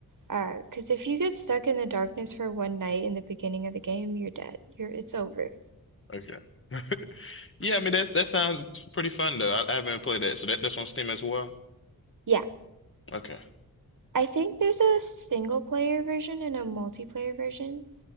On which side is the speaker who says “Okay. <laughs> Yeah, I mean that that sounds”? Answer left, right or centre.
Left